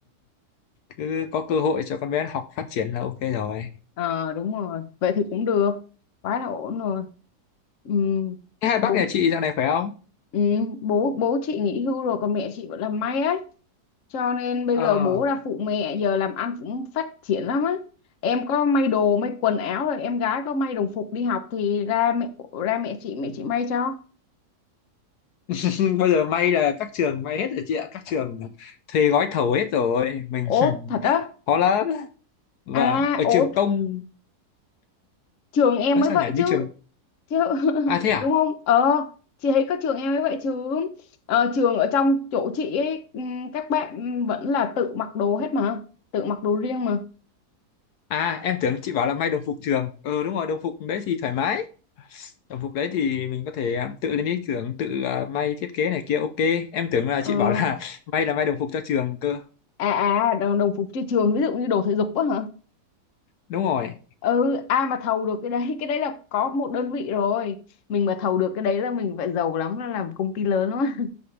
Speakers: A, on the left; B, on the left.
A: cứ có cơ hội cho con bé học phát triển là ok rồi
B: <laughs> ờ đúng rồi vậy thì cũng được quá là ổn rồi ừ.
A: thế hai
B: bố
A: bác nhà chị dạo này khỏe không
B: ừ. bố bố chị nghỉ hưu rồi còn mẹ chị vẫn làm may á cho nên bây
A: ờ
B: giờ bố ra phụ mẹ giờ làm ăn cũng phát triển lắm á em có may đồ may quần áo rồi em gái có may đồng phục đi học thì ra mẹ ra mẹ chị mẹ chị may cho
A: <laughs> bây giờ may là các trường may hết rồi chị ạ các trường thuê gói thầu hết rồi mình <laughs>
B: ố thật á
A: khó lắm và
B: à
A: ở trường
B: ố
A: công
B: trường em
A: nói
B: mới
A: sao
B: vậy
A: nhỉ như
B: chứ
A: trường
B: chứ <laughs>
A: à thế à
B: đúng không ờ chị thấy có trường em mới vậy chứ ờ, trường ở trong chỗ chị ấy, ừm, các bạn vẫn là tự mặc đồ hết mà tự mặc đồ riêng mà
A: À em tưởng chị bảo là may đồng phục trường Ừ đúng rồi đồng phục đấy thì thoải mái Đồng phục đấy thì mình có thể à, tự lên ý tưởng Tự à, may thiết kế này kia ok Em tưởng
B: ờ,
A: là chị bảo là <laughs> may là may đồng phục cho trường cơ
B: à à đồng, đồng phục trên trường ví dụ như đồ thể dục á hả
A: Đúng rồi
B: ừ ai mà thầu được cái đấy cái đấy là có một đơn vị rồi mình mà thầu được cái đấy là mình phải giàu lắm là làm công ty lớn lắm